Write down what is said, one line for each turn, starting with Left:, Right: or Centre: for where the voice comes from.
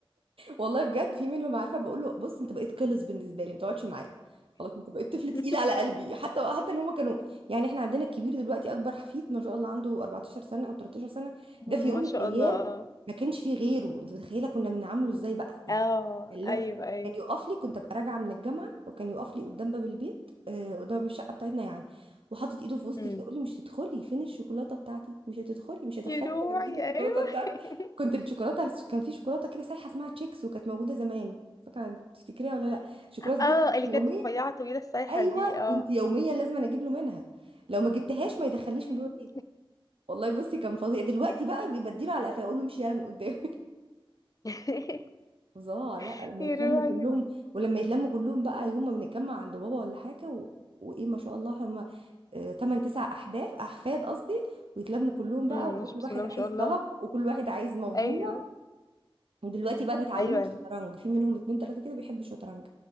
Right: والله بجد في منهم عارفه بقول له بص انت بقيت قلص بالنسبه لي ما تقعدش معايا خلاص انت بقيت طفل تقيل
Left: <laughs>
Right: على قلبي حتى حتى اللي هما كانوا يعني احنا عندنا الكبير دلوقتي اكبر حفيد ما شاء الله عنده 14 سنه او 13 سنه ده
Left: ما
Right: في يوم من
Left: شاء
Right: الايام
Left: الله
Right: ما كانش فيه غيره انت متخيله كنا بنعامله ازاي بقى يعني
Left: اه
Right: اللي
Left: ايوه
Right: هو
Left: ايوه
Right: كان يقف لي كنت ابقى راجعه من الجامعه وكان يقف لي قدام باب البيت آه، قدام باب الشقه بتاعتنا يعني وحاطط ايده في وسطي
Left: امم
Right: كده يقول لي مش تدخلي فين الشوكولاته بتاعتي مش هتدخلي مش هدخلك
Left: يا روحي
Right: لما تجيبي الشوكولاته
Left: ايوه <laughs>
Right: كنت الشوكولاته كان في شوكولاته كده سايحه اسمها تشيكس وكانت موجوده زمان فاكره تفتكريها ولا لا الشوكولاته
Left: اه
Right: دي كنت
Left: اللي
Right: يوميا
Left: كانت رفيعه طويله السايحه
Right: ايوه
Left: دي اه
Right: كنت يوميا لازم أنا اجيب له منها لو ما جبتهاش ما يدخلنيش
Left: مم.
Right: من باب البيت والله بصي كان فظيع دلوقتي بقى بيبديله على قفاه اقول له امشي يالا من قدامي
Left: <laughs>
Right: <laughs> فظاع لا لما
Left: يا
Right: يتلموا
Left: روعي
Right: كلهم ولما يتلموا كلهم بقى يوم ما بنتجمع عند بابا ولا حاجه و... وايه ما شاء الله هم آه، تمن تسع احداث احفاد قصدي ويتلموا كلهم بقى
Left: امم
Right: وكل
Left: مش بسم
Right: واحد
Left: الله ما
Right: عايز
Left: شاء الله
Right: طلب وكل واحد عايز موضوع
Left: ايوه
Right: ودلوقتي بقى بيتعلموا
Left: ايوه
Right: الشطرنج
Left: انا
Right: في منهم اتنين تلاتة كده بيحبوا الشطرنج